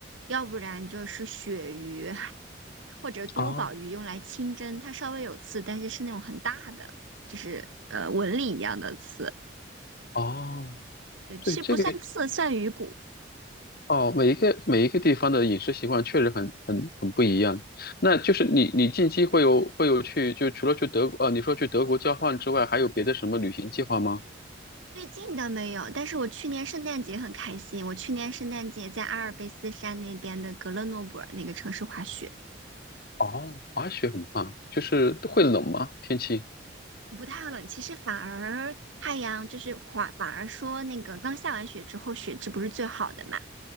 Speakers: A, on the right; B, on the left.
A: 要不然就是鳕鱼或者多宝鱼用来清蒸，
B: 啊，
A: 它稍微有刺，但是是那种很大的，呃，纹理一样的刺，
B: 哦，
A: 对，其实不算刺，
B: 对，这个。
A: 算鱼骨。
B: 哦，每一个每一个地方的饮食习惯确实很很很不一样。那就是你你近期会有会有去就除了去德呃你说去德国交换之外，还有别的什么旅行计划吗？
A: 最近倒没有，但是我去年圣诞节很开心。我去年圣诞节在阿尔卑斯山那边的格勒诺布尔那个城市滑雪，
B: 哦，滑雪很棒，就是会冷吗？
A: 嗯，
B: 天气？
A: 我不太冷，其实反而太阳就是滑，反而说那个刚下完雪之后，雪质不是最好的嘛，